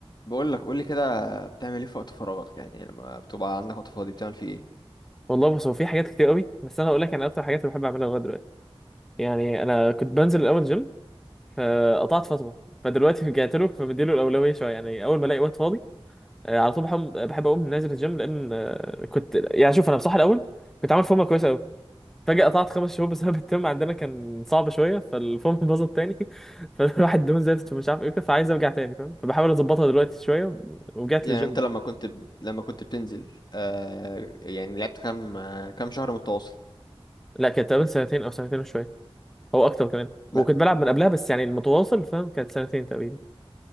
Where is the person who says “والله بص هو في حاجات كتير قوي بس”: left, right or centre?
Centre